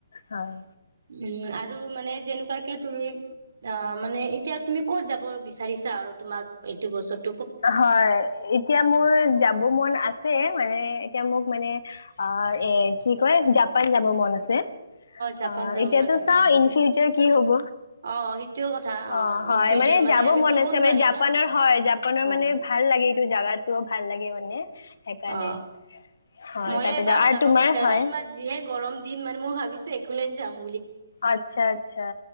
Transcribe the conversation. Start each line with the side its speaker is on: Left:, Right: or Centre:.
Left: হয়
Right: উম, আৰু মানে তেনেকৈ তুমি ও মানে এতিয়া তুমি ক'ত যাব বিচাৰিছা আৰু তোমাক এইটো বস্তু,
Left: হয় এতিয়া মোৰ যাব মন আছে মানে এতিয়া মোৰ মানে অ এ কি কয় জাপান যাব মন আছে।
Right: জাপান
Left: অ
Right: যাব
Left: এতিতো
Right: মন আছে
Left: চাও
Right: নেকি?
Left: ইন ফিউাৰ কি হব
Right: অ' সেইটোও কথা
Left: অ হয়
Right: ইন ফিউচাৰ
Left: মানে যাব
Right: আমি
Left: মন
Right: ক'ব
Left: আছে
Right: নোৱাৰি
Left: মান জাপানৰ
Right: ন
Left: হয়
Right: অ'।
Left: মানে ভাল লাগে এইটো জাগাতো ভাল লাগে মানে সেইকাৰণে
Right: অ
Left: হয়
Right: মইে
Left: তাতে
Right: এবাৰ
Left: যাওঁ আৰু
Right: যাব
Left: তোমাৰ
Right: বিচাৰো
Left: হয়
Right: আৰু ইাৰ যিহে গৰম দিন মানে মই ভাবিছো একো কুলিঞ্জাম
Left: আচ্ছা, আচ্ছা,